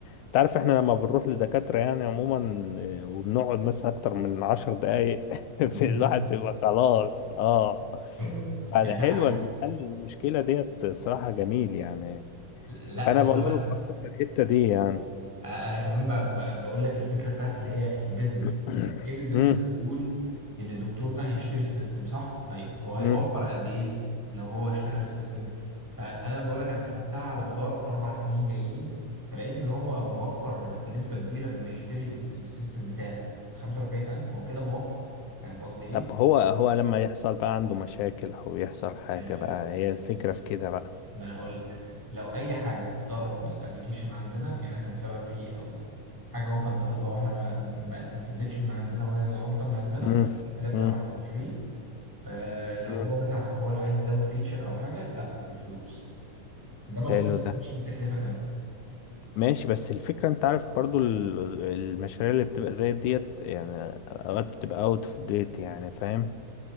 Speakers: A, on the left; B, in the centre.
A: انت عارف احنا لما بنروح لدكاترة يعني عموما آه، وبنقعد مثلا اكتر من عشر دقايق
B: بالنسبه
A: <laughs> في الواحد بيبقى خلاص اه
B: <laughs>
A: فحلوة
B: يعني ده حقيقي
A: إن نحل المشكلة ديت صراحة جميل يعني
B: لا
A: فانا
B: وكمان
A: بقول له فكر في الحتة دي يعني
B: آه، انا كمان ب- ب- بقول لك الفكره بتاعت اللي هي البيزنس
A: <clears throat>
B: تفكير البيزنس بيقول ان الدكتور ده هيشتري السيستم صح طيب هو هيوفر
A: مم.
B: قد ايه لو هو اشترى السيستم فانا بقول لك انا حسبتها على مدار اربع سنين جايين فلقيت ان هو موفر بنسبه كبيره لما يشتري ال- السيستم بتاعي ب 45000 هو كده موفر فاهم قصدي ايه
A: طب هو هو لما يحصل بقى عنده مشاكل او يحصل حاجة
B: آه
A: بقى هي الفكرة في كده بقى
B: ما انا اقول لك لو اي حاجه ضرر من الابليكيشن عندنا يعني احنا السبب فيه او حاجه هو كان طالبها واحنا ما ما اتنفذتش من عندنا وهي الغلطه من عندنا
A: مم.
B: الحاجه بتتعمل
A: مم.
B: فور فري آه لو
A: مم.
B: هو مثلا هو اللي عايز يزود فيتشر او حاجه لا بفلوس انما
A: حلو
B: غير كده احنا
A: ده
B: بنشيل التكلفه كامله
A: ماشي بس الفكرة انت عارف برضو ال- المشاريع اللي بتبقى زي ديت يعني اوقات بتبقى اوت اوف ديت يعني فاهم